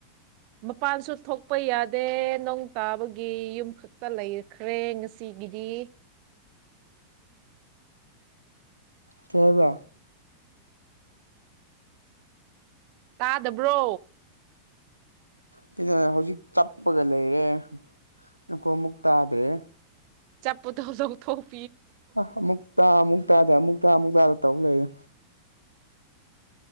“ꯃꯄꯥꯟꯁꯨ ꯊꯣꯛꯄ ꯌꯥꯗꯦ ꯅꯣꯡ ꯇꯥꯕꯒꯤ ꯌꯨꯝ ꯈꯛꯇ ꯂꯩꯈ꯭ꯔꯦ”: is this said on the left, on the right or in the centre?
Right